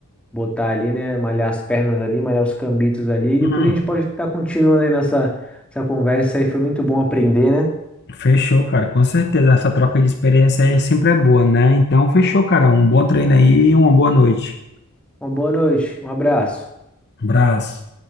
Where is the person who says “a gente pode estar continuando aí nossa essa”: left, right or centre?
Centre